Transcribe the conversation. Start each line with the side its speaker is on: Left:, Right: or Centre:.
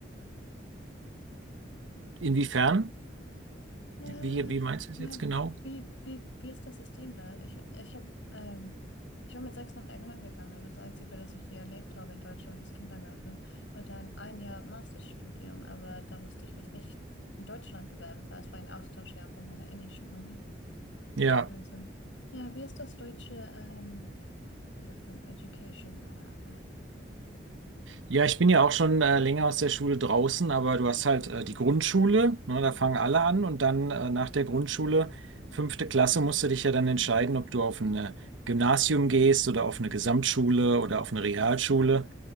Right: inwiefern?
Left: Na,
Right: Wie, wie meinst du es
Left: na,
Right: jetzt genau?
Left: wie, wie, wie ist das System da? Ich, ich hab, ähm, ich war mit sechs nach England gegangen. Also das Einzige, das ich hier erlebt habe in Deutschland, ist Kindergarten. Und dann ein Jahr Masterstudium. Aber da musste ich mich nicht in Deutschland bewerben, weil es war ein Austauschjahr von meiner englischen Uni.
Right: Ja,
Left: Also, ja, wie ist das deutsche, ähm, wie sagt man, Education? Äh, äh.
Right: ja, ich bin ja auch schon äh, länger aus der Schule draußen, aber du hast halt äh, die Grundschule, ne, da fangen alle an und dann äh, nach der Grundschule, fünfte Klasse, musst du dich ja dann entscheiden, ob du auf ein Gymnasium gehst oder auf eine Gesamtschule oder auf eine Realschule.